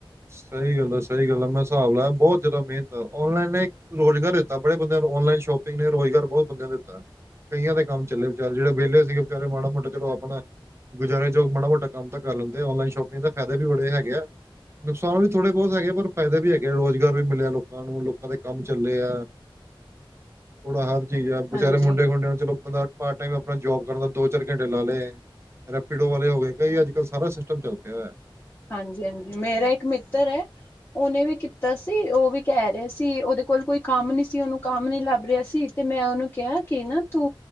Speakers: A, on the right; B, on the left.
A: ਸਈ ਗੱਲ ਆ -ਸਈ ਗੱਲ ਆ। ਮੈਂ ਸਾਬ ਲਾਇਆ ਬਹੁਤ ਜ਼ਿਆਦਾ, ਮਿਹਨਤ ਆ ਔਨਲਾਈਨ ਏਕ ਰੋਜ਼ਗਾਰ ਦਿੱਤਾ, ਬੜੇ ਬੰਦ ਨੂੰ ਔਨਲਾਈਨ ਸ਼ੋਪਿੰਗ ਨੇ ਰੋਜ਼ਗਾਰ ਬਹੁਤ ਬੰਦਿਆਂ ਨੂੰ ਦਿੱਤਾ। ਕਈਆਂ ਦੇ ਕੰਮ ਚੱਲੇ, ਵਿਚਾਰੇ ਜੇੜੇ ਵਿਹਲੇ ਸੀਗੇ ਵਿਚਾਰੇ ਮਾੜਾ ਮੋਟਾ ਚਲੋ ਆਪਣਾ ਗੁਜਾਰੇ ਜੋਗ, ਮਾੜਾ- ਮੋਟਾ ਕੰਮ ਤਾਂ ਕਰ ਲੈਂਦੇ ਆ, ਔਨਲਾਈਨ ਸ਼ੋਪਿੰਗ ਦਾ ਫਾਇਦੇ ਵੀ ਬੜੇ, ਹੈਗੇ ਐ।। ਨੁਕਸਾਨ ਵੀ ਥੋੜ੍ਹੇ ਬਹੁਤ ਹੈਗੇ ਪਰ ਫਾਇਦੇ ਵੀ ਹੈਗੇ, ਰੋਜ਼ਗਾਰ ਵੀ ਮਿਲਿਆ ਲੋਕਾਂ ਨੂੰ ਲੋਕਾਂ ਦੇ ਕੰਮ ਚੱਲੇ ਐ। ਥੋੜਾ ਹਰ ਚੀਜ਼ ਆ।, ਵਿਚਾਰੇ
B: ਹਾਂਜੀ
A: ਮੁੰਡੇ ਖੂੰਡਿਆਂ ਨੂੰ ਚਲੋ ਬੰਦਾ ਪਾਰਟ ਟਾਈਮ, ਆਪਣਾ ਜੋਬ ਕਰਨ ਦਾ ਦੋ -ਚਾਰ ਘੰਟੇ ਲਾ ਲਏ। ਰੈਪੀਡੋ ਵਾਲੇ ਹੋ ਗਏ ਕਈ ਅੱਜ -ਕੱਲ੍ਹ ਸਾਰਾ ਸਿਸਟਮ ਚੱਲ ਪਿਆ ਹੋਆ।
B: ਹਾਂਜੀ -ਹਾਂਜੀ ਮੇਰਾ ਇੱਕ ਮਿੱਤਰ ਹੈ। ਉਹਨੇ ਵੀ ਕੀਤਾ ਸੀ, ਉਹ ਵੀ ਕਹਿ ਰਹਾ ਸੀ, ਉਹਦੇ ਕੋਲ ਕੋਈ ਕੰਮ ਨਹੀ ਸੀ, ਉਹਨੂੰ ਕੰਮ ਨੀ ਲੱਭ ਰਿਹਾ ਸੀ। ਤੇ ਮੈਂ ਉਹਨੂੰ ਕਿਹਾ ਕਿ ਨਾ ਤੂੰ